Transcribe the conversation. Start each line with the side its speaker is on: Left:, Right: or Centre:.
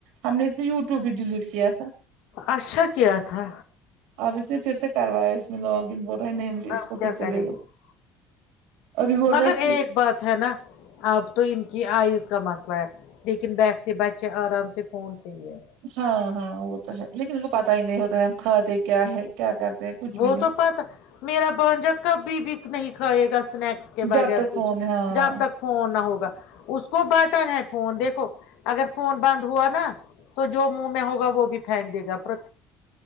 Right: ہم نے اس میں یوٹیوب بھی ڈیلیٹ کیا تھا
Left: اچھا کیا تھا
Right: اب اس نے پھر سے کروایا میں لاگن بول رہا نہیں مجھ اس
Left: آپ
Right: کو پھر
Left: کیا
Right: سے
Left: کریں
Right: دے گا
Left: گے
Right: ابھی بول
Left: مگر
Right: رہے ہیں
Left: ایک بات ہے نا اب تو ان کی آئز کا مسئلہ ہے لیکن بیٹھتے بچے آرام سے فون سے ہی ہے
Right: ہاں ہاں وہ تو ہے لیکن ان کو پتا ہی نہیں ہوتا ہے ہم کھاتے کیا ہے کیا کرتے کچھ
Left: وہ
Right: بھی نہیں
Left: تو پتا میرا بانجا کبھی بھی نہیں کھائے گا سنیکس کے بغیر
Right: جب تک
Left: کچھ
Right: فون ہے۔ ہاں
Left: جب تک فون نہ ہوگا اس کو بٹر ہے فون دیکھو اگر فون بند ہوا نا تو جو منہ میں ہوگا وہ بھی پھینک دے گا پر